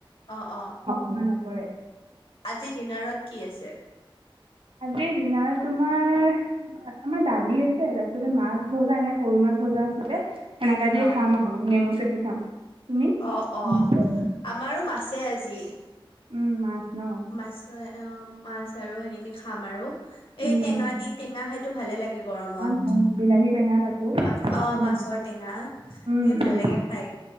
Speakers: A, on the left; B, on the right.
A: অ অ
B: ন পৰে
A: আজি দিনাৰত কি আছে
B: আজিৰ দিনাৰ তোমাৰ আমাৰ দালি আছে তাৰিছতে মাছ ভজা এনে সৰু মাছ ভজা আচতে সেনেকা দিয়ে
A: অ
B: খাম আৰু নেমু চে কি খাম তুমি
A: অ অ
B: উম উম।
A: আমাৰো মাছে আজি
B: উম মাছ ন
A: মাছ অ মাছ আৰু সেনেকে খাম আৰু এই
B: উম
A: টেঙা
B: উম
A: দি টেঙা হয় এইটো ভালে লাগে এই গৰমত
B: অ অ', বিলাহী টেঙা তাকো
A: মাছ অ
B: সেইটো ভাল
A: মাছৰ
B: লাগে
A: টেঙা
B: উম
A: এনে ভাল
B: উম
A: লাগে খাই